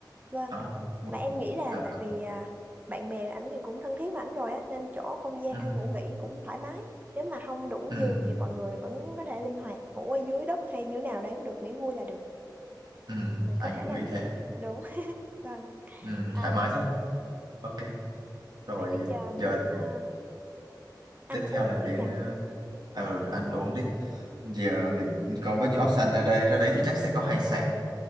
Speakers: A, on the right (about 25°); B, on the right (about 65°).
A: Vâng,
B: đó một
A: mà em
B: cái-
A: nghĩ là
B: ờ
A: tại
B: cũng-
A: vì à, bạn bè ảnh thì cũng thân thiết với ảnh rồi á nên chỗ không gian
B: ừ,
A: ăn ngủ nghỉ cũng thoải mái. Nếu mà không đủ
B: ừ,
A: giường thì mọi người vẫn có thể linh hoạt ngủ ở dưới đất hay như thế nào đấy cũng được miễn vui là được.
B: ừ,
A: Mà Có
B: anh
A: thể
B: cũng
A: là
B: nghĩ thế
A: đúng. <laughs> Vâng.
B: ừ,
A: À
B: thoải mái thôi ok rồi
A: vậy bây giờ đến
B: giờ
A: à, ăn
B: tiếp theo
A: uống
B: là đến
A: đi nhỉ.
B: ờ ờ, ăn uống đi giờ mình có bao nhiêu option ra đây ra đấy thì chắc sẽ có hải sản